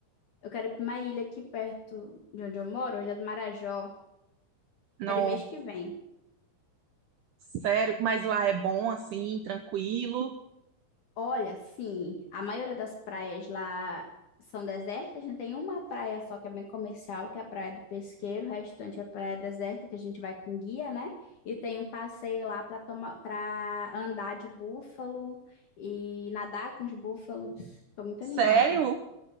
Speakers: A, on the left; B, on the right.
A: Eu quero ir para uma ilha aqui perto de onde eu moro, Ilha do Marajó.
B: Não,
A: Quero ir mês que vem.
B: sério, mas lá é bom assim, tranquilo?
A: Olha, sim, a maioria das praias lá são desertas, né? Tem uma praia só que é bem comercial, que é a Praia do Pesqueiro, o restante é praia deserta, que a gente vai com guia, né? E tem um passeio lá para tomar, para andar de búfalo e nadar com os búfalos. Estou muito
B: Sério?
A: animada.